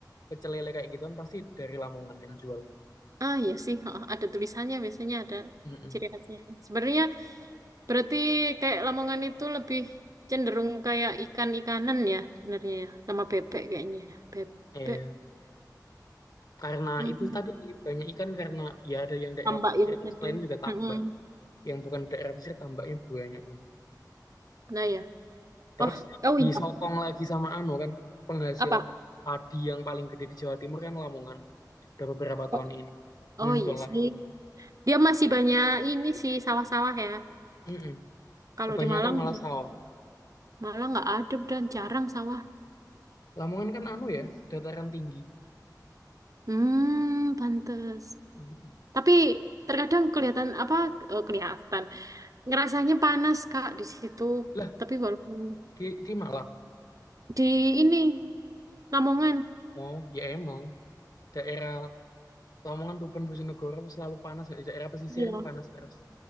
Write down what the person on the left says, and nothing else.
pecel lele kayak gituan pasti dari Lamongan yang jual.
Mm-mm.
Iya. Karena
itu tadi sih banyak ikan karena ya ada yang daerah
pesisir
terus
lain juga tambak.
Yang bukan daerah pesisir tambaknya banyak banget.
Terus
disokong
lagi sama anu kan penghasil
padi yang paling gede di Jawa Timur kan Lamongan. Udah beberapa tahun
ini muncul
lah
itu.
Mm-mm.
Kebanyakan
malah sawah.
Lamongan kan anu ya, dataran tinggi.
Mm-mm.
Lah
di di Malang.
Oh ya emang daerah Lamongan, Tuban, Bojonegoro selalu panas. Daerah pesisir
ini panas terus.